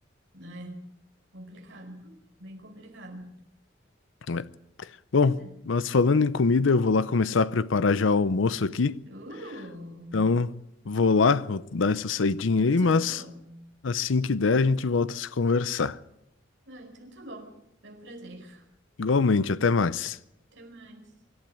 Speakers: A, on the right (about 65°); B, on the left (about 75°).
A: né? Complicado, bem complicado.
B: É.
A: Pois
B: Bom,
A: é.
B: mas falando em comida, eu vou lá começar a preparar já o almoço aqui,
A: Uh,
B: então vou lá, vou dar essa saidinha aí,
A: coisa
B: mas
A: boa.
B: Assim que der, a gente volta a se conversar.
A: Ah, então tá bom. Foi um prazer.
B: Igualmente, até mais.
A: Até mais.